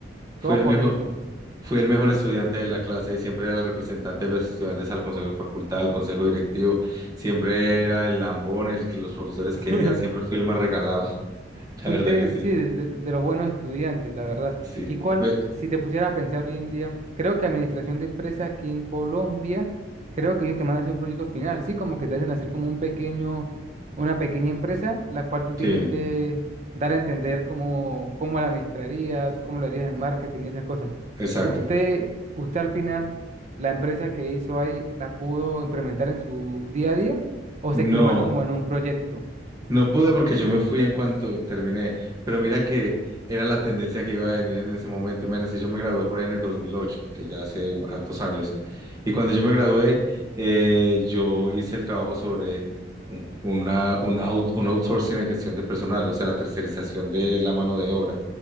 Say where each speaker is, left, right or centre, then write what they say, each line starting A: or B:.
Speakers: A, on the right; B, on the right.
A: Fui
B: todo
A: el
B: corridito.
A: mejor, fui el mejor estudiante de la clase y siempre era el representante de los estudiantes al consejo de facultad, al consejo directivo. Siempre era el lambón, el que los profesores
B: <laughs>
A: querían. Siempre fui el más regalado. <laughs> La
B: Fuiste,
A: verdad que sí.
B: sí, de, de- de los buenos estudiantes, la verdad.
A: Sí.
B: ¿Y cuál,
A: Me-
B: si te pusieras a pensar hoy en día, creo que administración de empresas aquí en Colombia, creo que ellos te mandan a hacer un proyecto final, sí, como que te hacen hacer como un pequeño, una pequeña empresa, la cual tú tienes
A: sí,
B: que dar a entender cómo, cómo la administrarías, cómo lo harías en marketing y esas cosas.
A: exacto.
B: Usted, usted al final, la empresa que hizo ahí, ¿la pudo implementar en su día a día o
A: No.
B: se quedó más como en un proyecto?
A: No pude porque yo me fui en cuanto terminé, pero mira que era la tendencia que iba a venir en ese momento. Imagínense, yo me gradué por ahí en el 2008, que ya hace u- hartos años. Y cuando yo me gradué, eh, yo hice el trabajo sobre un, una- un, out- un outsourcing en gestión de personal, o sea, la tercerización de la mano de obra.